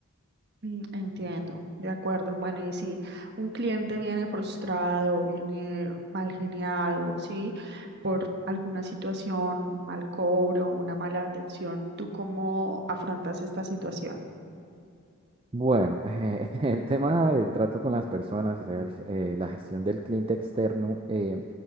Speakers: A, on the right (about 50°); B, on the right (about 25°).
A: Mm, Entiendo, de acuerdo. Bueno, y si un cliente viene frustrado, viene mal geniado, ¿sí? Por alguna situación, un mal cobro, una mala atención, ¿tú cómo afrontas esta situación?
B: Bueno, <laughs> eh, el tema del trato con las personas, o sea, el- eh, la gestión del cliente externo, eh,